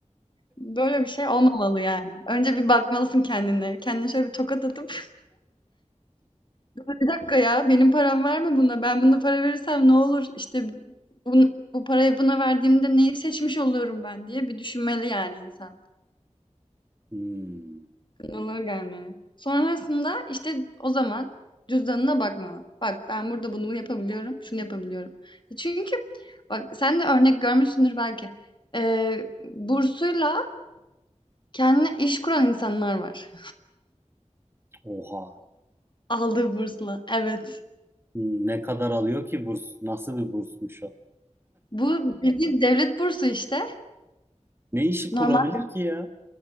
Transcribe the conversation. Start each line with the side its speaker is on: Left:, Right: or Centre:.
Left: Böyle bir şey olmamalı yani. Önce bir bakmalısın kendine. Kendine şöyle bir tokat atıp <laughs> "Bir dakika ya, benim param var mı buna? Ben buna para verirsem ne olur? İşte bun bu parayı buna verdiğimde neyi seçmiş oluyorum ben?" diye bir düşünmeli yani insan.
Right: Hmm,
Left: Onlara gelmeli. Sonrasında işte o zaman cüzdanına bakmalı. Bak ben burada bunu yapabiliyorum, şunu yapabiliyorum. E, Çünkü bak sen de örnek görmüşsündür belki. Ee, bursuyla kendine iş kuran insanlar var.
Right: oha.
Left: <laughs> Aldığı bursla. Evet.
Right: Hmm, Ne kadar alıyor ki burs? Nasıl bir bursmuş o?
Left: Bu bildiğin devlet bursu işte.
Right: Ne işi kurabilir
Left: Normal
Right: ki ya?